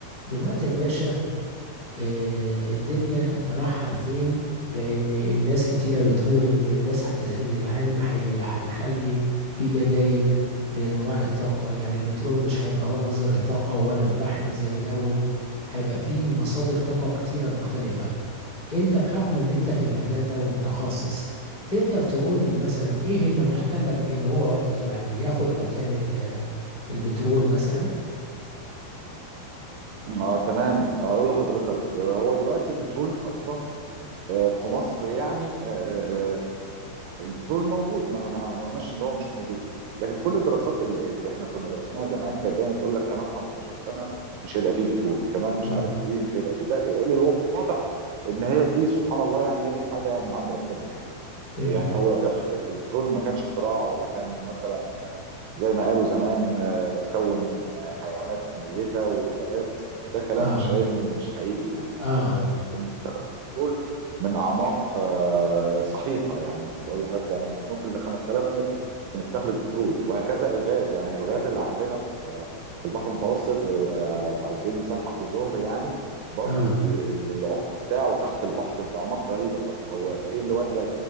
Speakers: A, on the left; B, on the right.
A: دلوقتي يا باشا آه، الدنيا رايحة لفين لأن الناس كتيرة بتقول إن الناس هتز... إن العلم هي... هيخلي في بدايل لأنواع الطاقة يعني البترول مش هيبقى هو مصدر الطاقة ولا الفحم زي الأول هيبقى في مصادر طاقة كتيرة مختلفة أنت بحكم إن أنت في المجال ده ومتخصص تقدر تقول لي مثلا إيه اللي محتمل إن هو يعني ياخد مكان ال... البترول مثلا؟
B: اه تمام اقول لحضرتك آه، هو دلوقتي البترول اصلا آه، في مصر يعني آه، آه، آه، البترول موجود ما احنا ما قلناش ان هو مش موجود لكن كل الدراسات ال- اللي احنا كنا درسناها زمان كانت دايما تقول لك كمان 15 سنه مش هيبقى فيه بترول كمان مش
A: امم
B: عارف ايه مش هيبقى فيه لا الواضح ان هي دي سبحان الله يعني هي دي حاجه من عند ربنا يعني يعني
A: امم
B: هو اخ- ال- البترول ما كانش اختراع ولا كان مثلا آه، زي ما قالوا زمان آه، اتكون من آه، حيوانات ميتة وغابات ده كلام
A: اه
B: مش علمي ومش حقيقي يعني
A: اه
B: احنا احنا بنخت- بنستخرج البترول من اعماق آه، سحيقة يعني مش بقول لحضرتك يعني ممكن ل 5000 متر بنستخرج بترول وهكذا الغاز يعني الغاز اللي عندنا في في البحر المتوسط آه، على سبيل المثال حقل زهر يعني برضو
A: اه
B: ب- العمق بتاعه تحت البحر بأعماق رهيبة طب هو ايه اللي ودى